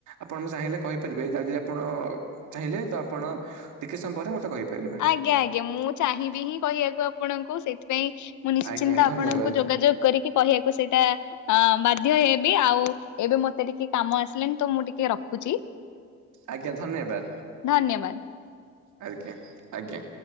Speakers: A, on the right (about 75°); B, on the left (about 75°).
A: ଆପଣ ଚାହିଁଲେ କହିପାରିବେ ଯଦି ଆପଣ ଚାହିଁଲେ ତ ଆପଣ ଟିକେ ସମୟ ପରେ ମତେ କହିପାରିବେ।
B: ଆଜ୍ଞା ଆଜ୍ଞା ମୁଁ ଚାହିଁବି ହିଁ କହିବାକୁ ଆପଣଙ୍କୁ ସେଇଥିପାଇଁ ମୁଁ ନିଶ୍ଚିନ୍ତ
A: ଆଜ୍ଞା ଧନ୍ୟବାଦ
B: ଆପଣଙ୍କୁ ଯୋଗାଯୋଗ କରିକି କହିବାକୁ ସେଇଟା ଅ ବାଧ୍ୟ ହେଇବି ଆଉ ଏବେ ମତେ ଟିକେ କାମ ଆସିଲାନି ତ ମୁଁ ଟିକେ ରଖୁଛି।
A: ଆଜ୍ଞା ଧନ୍ୟବାଦ।
B: ଧନ୍ୟବାଦ।
A: ଆଜ୍ଞା ଆଜ୍ଞା